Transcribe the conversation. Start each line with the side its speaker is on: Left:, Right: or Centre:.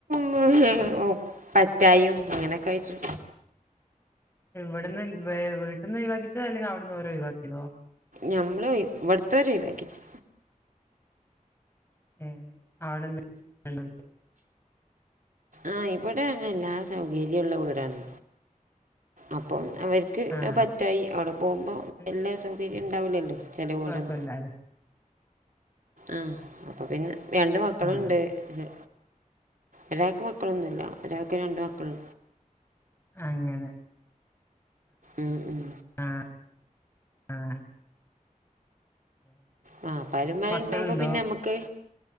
Right: മ് ഹ് ഹ് പറ്റായും അങ്ങനൊക്കെ ആയിറ്റ്
Left: ഇവിട്ന്ന് വ് വീട്ടന്ന് ഒയിവാക്കിച്ചോ അല്ലെങ്കി അവിട്ന്ന് ഓര് ഒയിവാക്കിതോ
Right: ഞമ്മള് ഇവിടുത്തോര് ഒയിവാക്കിച്ച്
Left: ഏഹ് അവിടന്ന് <unintelligible>
Right: ആ ഇവിടെ തന്ന എല്ലാ സൗകര്യവും ഉള്ള വീടാണ് അപ്പം അവര്ക്ക്
Left: ആഹ്
Right: പറ്റായി അവിടെ പോവുമ്പോ
Left: പിന്നെ
Right: എല്ലാ സൗകര്യവും ഇണ്ടാവില്ലല്ലോ ചെല വീടും
Left: കൊഴപ്പല്ലാലോ
Right: ആഹ് അപ്പൊ പിന്നെ രണ്ട് മക്കള്ണ്ട്
Left: ആഹ്
Right: ക്ഷെ ഒരാക്ക് മക്കളൊന്നുല്ല ഒരാക്ക് രണ്ട് മക്കള്
Left: അങ്ങനെ
Right: ഉം ഉം
Left: ആ ആഹ് <inaudible>
Right: വാപ്പാരും മാരും
Left: മക്കളുണ്ടോ
Right: ഇണ്ടാകുമ്പോ പിന്നമ്മക്ക്